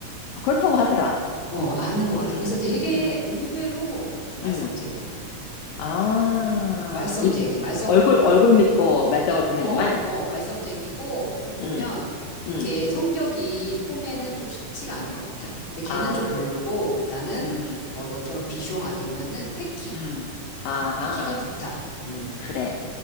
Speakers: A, on the left (about 80°); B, on the left (about 55°).
A: 그렇다고 하더라.
B: 어, 아는 것
A: 음,
B: 같아. 그래서 되게
A: 음,
B: 의외로 말썽쟁이야.
A: 음. 아,
B: 말썽쟁이,
A: 입,
B: 말썽,
A: 얼굴, 얼굴 믿고 말썽을 부리는구만.
B: 어, 어, 말썽쟁이고, 좀 보면,
A: 음,
B: 이렇게
A: 음.
B: 성격이 폼에는 좀 쉽지가 않은 것 같아. 근데 걔는
A: 아,
B: 좀 별로고, 나는,
A: 음,
B: 어, 너처럼 비숑 아니면은 패키,
A: 음. 아하,
B: 패키가 좋다. 음.
A: 그래.